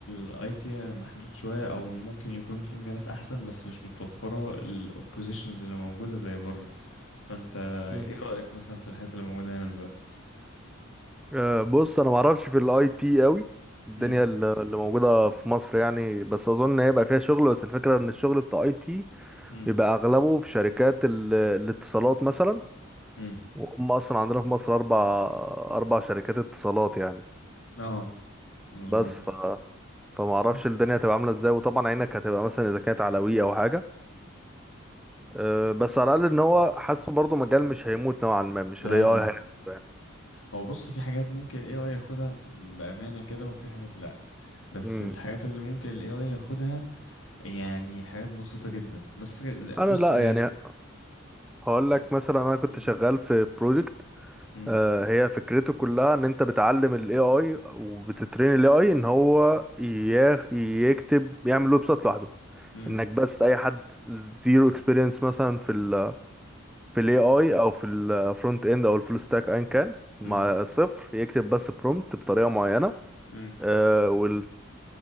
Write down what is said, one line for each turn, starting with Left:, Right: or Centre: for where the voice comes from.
Left: الاي تي محدود شوية او ممكن يكون في مجالات احسن بس مش متوفرة الاوبوزيشنز اللي موجودة زي بره فانت
Centre: مم.
Left: ايه رأيك مثلا في الحاجات اللي موجودة هنا دلوقتي
Centre: آه، بص انا ما اعرفش في الاي تي قوي الدنيا
Left: امم
Centre: ال- اللي موجوده في مصر يعني بس اظن هيبقى فيها شغل بس الفكره ان الشغل بتاع اي تي
Left: امم
Centre: بيبقى اغلبه في شركات ال- الاتصالات مثلا
Left: امم
Centre: وهم اصلا عندنا في مصر اربع اربع شركات اتصالات يعني
Left: اه مظبوط
Centre: بس ف... فما اعرفش
Left: <clears throat>
Centre: الدنيا هتبقى عامله ازاي وطبعا عينك هتبقى مثلا اذا كانت على وي او حاجه أه بس على الاقل ان هو حاسه برضه مجال مش هيموت نوعا ما مش
Left: لا
Centre: الاي
Left: لا
Centre: اي هيموت
Left: لا
Centre: يعني
Left: هو بص في حاجات ممكن ال AI ياخدها بأمانة كده وفي حاجات لأ بس
Centre: مم.
Left: الحاجات اللي ممكن ال AI ياخدها يعني حاجات بسيطة جدا بس زي- بص
Centre: انا لا
Left: هي
Centre: يعني هقول
Left: ايه
Centre: لك مثلا انا كنت
Left: مم.
Centre: شغال في بروجكت
Left: مم.
Centre: هي فكرته كلها ان انت بتعلم الاي اي وبتترين الاي اي ان هو ياخ- يكتب يعمل ويب سايت لوحده
Left: مم.
Centre: انك بس اي حد زيرو اكسبيرينس مثلا في ال في الاي اي او في الفرونت اند او الفول ستاك ايا كان مع
Left: مم.
Centre: صفر يكتب بس برومبت بطريقه معينه
Left: مم.
Centre: آه، وال-